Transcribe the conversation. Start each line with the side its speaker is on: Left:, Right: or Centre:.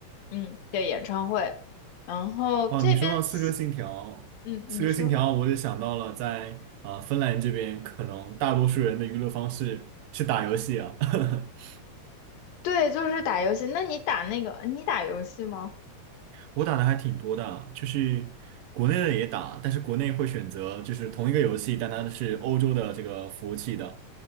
Left: 嗯，的演唱会。然后这边起，
Right: 哦，你说到《刺客信条》，
Left: 嗯，
Right: 《刺客信条》，
Left: 你说，
Right: 我就想到了在啊、呃芬兰这边，可能大多数人的娱乐方式是打游戏啊。<laughs>
Left: 对，就是打游戏。那你打那个，你打游戏吗？
Right: 我打的还挺多的啊，就是国内的也打，但是国内会选择就是同一个游戏，但它是欧洲的这个服务器的。